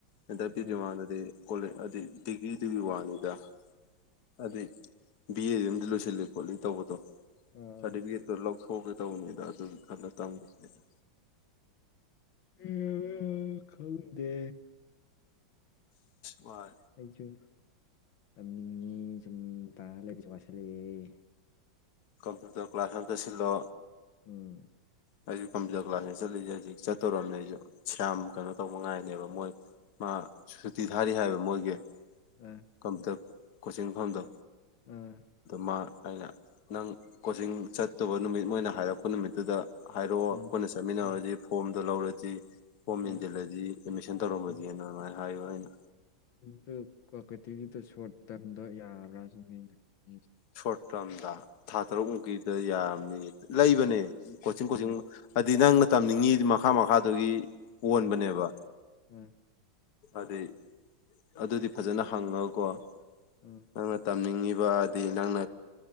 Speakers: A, on the left; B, on the left.
A: ꯑꯦꯟꯇ ꯄꯤꯗ꯭ꯔꯤꯉꯥꯟꯗꯗꯤ
B: ꯑꯥ
A: ꯀꯣꯂꯦ ꯍꯥꯏꯗꯤ ꯗꯤꯒ꯭ꯔꯤꯗꯨꯒꯤ ꯋꯥꯅꯤꯒ ꯍꯥꯏꯗꯤ ꯕꯤ ꯑꯦꯗꯨ ꯑꯃꯗꯤꯝ ꯂꯣꯏꯁꯤꯜꯂꯤ ꯈꯣꯠꯂꯤ ꯇꯧꯕꯗꯣ
B: ꯑꯥ
A: ꯁꯥꯔꯇꯤꯐꯤꯀꯦꯠꯇꯣ
B: ꯑꯥ
A: ꯊꯣꯛꯒꯦ ꯇꯧꯕꯅꯤꯗ ꯑꯗꯨꯒꯤ ꯈꯟꯗ ꯇꯝꯈꯤꯁꯤꯅꯦꯗ
B: ꯎ ꯈꯪꯗꯦ
A: ꯃꯥ
B: ꯑꯩꯁꯨ ꯇꯝꯅꯤꯡꯉ ꯁꯨꯝ ꯇꯥꯔ ꯂꯩꯕꯁꯨ ꯋꯥꯁꯜꯂꯛꯑꯦ
A: ꯀꯝꯄꯤꯨꯇꯔ ꯀ ꯀ꯭ꯂꯥꯁ ꯑꯃꯗ ꯁꯤꯂꯣ
B: ꯎꯝ
A: ꯑꯩꯁ ꯀꯝꯄ꯭ꯌꯨꯇꯔ ꯀ꯭ꯂꯥꯁꯅꯦ ꯆꯠꯂꯤꯁꯦ ꯍꯧꯖꯤꯛ ꯆꯠꯇꯣꯔꯣꯝꯅꯦ ꯑꯩꯁꯨ ꯁꯌꯥꯝ ꯀꯩꯅꯣ ꯇꯧꯕ ꯉꯥꯏꯅꯦꯕ ꯃꯣꯏ ꯃꯥ ꯁꯨꯇꯤ
B: ꯀꯩ
A: ꯊꯥꯔꯤ ꯍꯥꯏꯕ ꯃꯣꯏꯒꯤ
B: ꯑꯥ
A: ꯀꯝꯄꯌꯨꯇꯔ ꯀꯣꯆꯤꯡ ꯃꯐꯝꯗꯣ
B: ꯑꯥ
A: ꯃꯃ ꯑꯩꯅ ꯅꯪ ꯀꯣꯆꯤꯡ ꯆꯠꯇꯕ ꯅꯨꯃꯤꯠ ꯃꯣꯏꯅ ꯍꯥꯏꯔꯛꯄ ꯅꯨꯃꯤꯠꯇꯨꯗ ꯍꯥꯏꯔꯛꯑꯣ
B: ꯎꯝ
A: ꯄꯨꯣꯏꯟꯅ ꯆꯠꯃꯤꯟꯅꯔꯁꯤ
B: ꯎꯝ
A: ꯐꯣꯝꯗꯣ ꯂꯧꯔꯁꯤ ꯣꯔ ꯃꯦꯟꯖꯦꯜꯂꯗꯤ
B: ꯑꯥ
A: ꯑꯦꯗꯃꯤꯁꯟ ꯇꯧꯔꯝꯃꯗꯤꯅ
B: ꯎꯝ
A: ꯑꯗꯨꯃꯥꯏꯅ ꯍꯥꯏꯌꯣ ꯑꯩꯅ
B: ꯑꯗꯨ ꯀ꯭ꯋꯥꯀꯥꯇꯤꯒꯤꯗ ꯁꯣꯔꯠ ꯇꯥꯔꯝꯗꯣ ꯌꯥꯕ꯭ꯔꯥꯁꯨꯅꯦ ꯍꯪꯅꯤꯡꯉꯁꯤꯦ
A: ꯁꯣꯔꯠ ꯇꯥꯔꯝꯗ ꯊꯥ ꯇꯔꯨꯛ ꯃꯨꯛꯀꯤꯗ ꯌꯥꯔꯝꯅꯤ ꯂꯩꯕꯅꯦ ꯀꯣꯆꯤꯡ ꯀꯣꯆꯤꯡ
B: ꯎꯝ
A: ꯍꯥꯏꯗꯤ ꯅꯪꯅ ꯇꯝꯅꯤꯡꯉꯤ ꯃꯈꯥ ꯃꯈꯥꯗꯨꯒꯤ ꯑꯣꯟꯕꯅꯦꯕ
B: ꯑꯥ ꯑꯥ
A: ꯑꯗꯨꯗꯤ ꯑꯗꯨꯗꯤ ꯐꯖꯅ ꯍꯪꯉꯒꯀꯣ
B: ꯑꯥ
A: ꯅꯪꯅ ꯇꯝꯅꯤꯡꯉꯤꯕ ꯍꯥꯏꯗꯤ ꯅꯪ